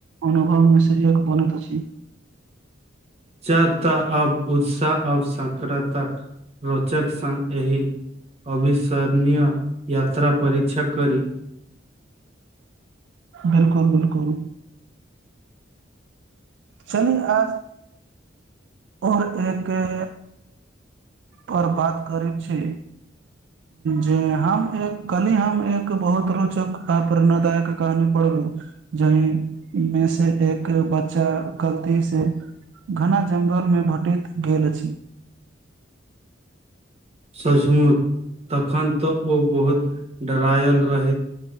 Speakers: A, on the right (about 65°); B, on the right (about 35°).
A: अनुभवमे से एक बनैत अछी।
B: च त अब उत्साह अब सक्रताक रोचक संग एहि अविश्वरणीय यात्रा परीक्षा कर
A: बिल्कुल बिल्कुल चल आ ओर एकै पर बात करै छी। जे हम एक कल हम एक बहुत रोचक अपरणादायक कहानी पढ़ लू जहिमे से एक बच्चा क गलती से घना जंगलमे भेटैत गेल अछि
B: सचमू तखन तऽ ओ बहुत डरायल रहैत